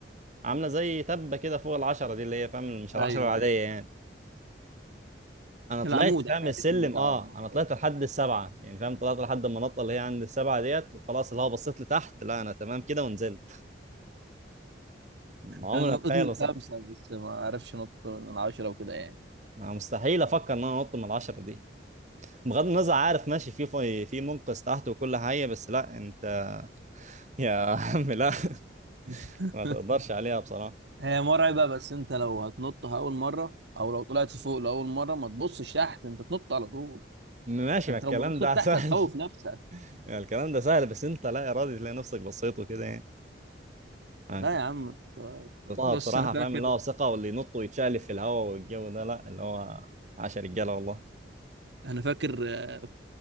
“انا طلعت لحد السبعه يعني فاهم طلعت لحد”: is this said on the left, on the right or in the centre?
Right